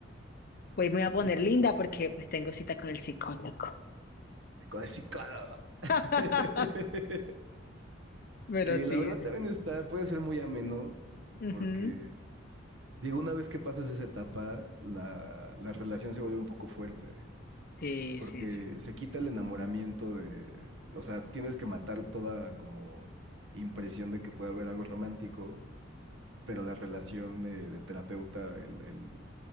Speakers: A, on the left; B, on the right.
A: Hoy me voy a poner
B: pues
A: linda porque pues tengo cita con el psicólogo.
B: con el psicólogo. <laughs>
A: <laughs> Pero
B: Que
A: sí,
B: la verdad
A: sí.
B: también está, puede ser muy ameno,
A: Ujú.
B: porque digo, una vez que pasas esa etapa, la, la relación se vuelve un poco fuerte.
A: Sí,
B: Porque
A: sí, sí.
B: se quita el enamoramiento de, o sea, tienes que matar toda como impresión de que puede haber algo romántico, pero la relación de, de terapeuta, el, el-